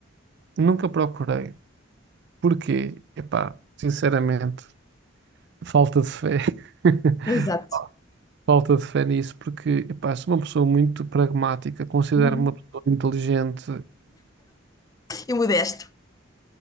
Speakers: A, on the right; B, on the left.
A: nunca procurei. Porquê? Epá, sinceramente, falta de fé. <laughs>
B: exato.
A: Falta de fé nisso, porque epá, sou uma pessoa muito pragmática, considero-me
B: Uhum.
A: uma pessoa inteligente
B: E modesto.